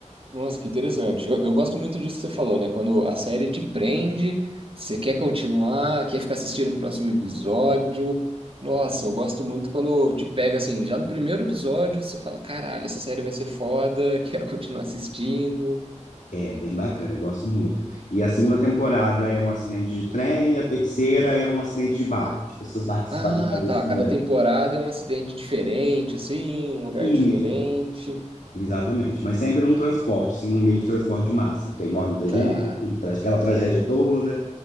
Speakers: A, on the right; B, on the left.
A: Nossa, que interessante. Eu, eu gosto muito disso que você falou, né? Quando a série te prende, você quer continuar, quer ficar assistindo o próximo episódio. Nossa, eu gosto muito quando te pega assim, já no primeiro episódio, você fala: caralho, essa série vai ser foda, <laughs> quero continuar assistindo.
B: É bem bacana, eu gosto muito. E a segunda temporada é um acidente de trem, e a terceira é um acidente de barca, tipo essas barcas
A: Ah,
B: que fazem travessia.
A: tá. Cada temporada é um acidente diferente, assim, um lugar
B: Isso.
A: diferente.
B: Exatamente, mas sempre num transporte, assim, um meio de transporte de massa, que aí morre muita gente,
A: Tá.
B: traz aquela tragédia toda.